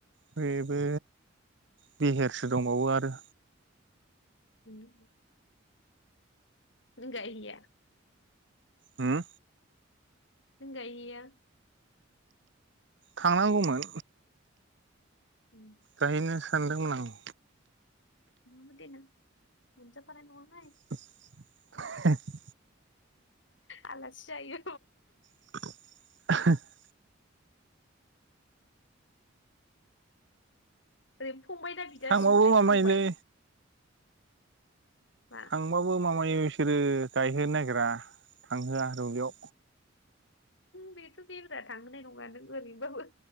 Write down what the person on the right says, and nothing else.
बेबो बेहेरसो दंबावो आरो।
उम।
थांनांगौमोन।
जाहैनो सानदोंमोन आं।
<unintelligible>
<unintelligible>
थांबाबो माबायोलै
थांबाबो माबायो बिसोरो गायहोनो नागिरा थांहोआ रुबलियाव